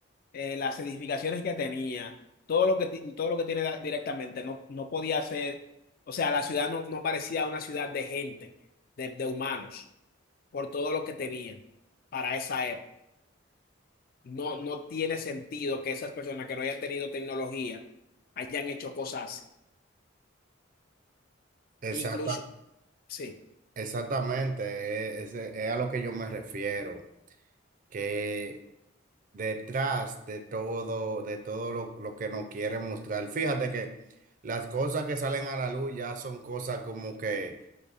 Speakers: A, on the left (about 45°); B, on the right (about 40°).
A: eh, las edificaciones que tenía, todo lo que, ti- todo lo que tiene da- directamente, no, no podía ser, o sea, la ciudad no, no parecía una ciudad de gente, de, de humanos, por todo lo que tenían para esa época. No, no tiene sentido que esas personas que no hayan tenido tecnología hayan hecho cosas así.
B: Exacta-
A: Incluso, sí,
B: exactamente, e- ese- es, a lo que yo me refiero, que detrás de todo, de todo lo, lo que nos quieren mostrar, fíjate que las cosas que salen a la luz ya son cosas como que